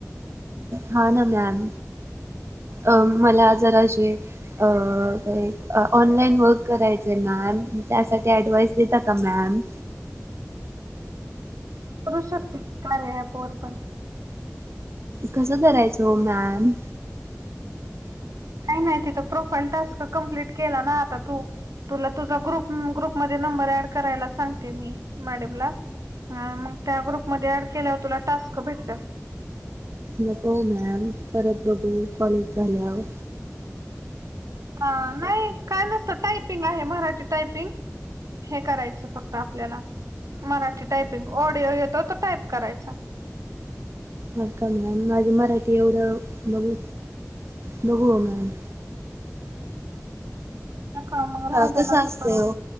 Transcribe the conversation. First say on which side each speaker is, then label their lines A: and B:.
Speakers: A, on the right (about 55°); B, on the right (about 80°).
A: हा ना मॅम. अ मला जरा अशी अ एक ऑनलाईन वर्क करायचंय मॅम त्यासाठी ऍडवाइस देता का मॅम.
B: करू शकतो की कार्या ॲपवर पण
A: कसं करायचं ओ मॅम?
B: काही नाही तिथं प्रोफाईल टास्क कम्प्लीट केला ना आता तू तुला तुझा ग्रुप ग्रुप मध्ये नंबर ऍड करायला सांगते मी मॅडमला. हा मग त्या ग्रुपमध्ये ऍड केल्यावर तुला टास्क भेटत्यात.
A: नको ओ मॅम परत बघू कॉलेज झाल्याव
B: हा नाही काय नसतं टायपिंग आहे, मराठी टायपिंग. हे करायचं फक्त आपल्याला मराठी टायपिंग ऑडिओ येतो तो टाईप करायचा.
A: हा का मॅम माझं मराठी एवढं बघू बघू ओ मॅम.
B: नका मग राहू
A: ह
B: द्या
A: कसं
B: नका
A: असतंय
B: करू
A: ओ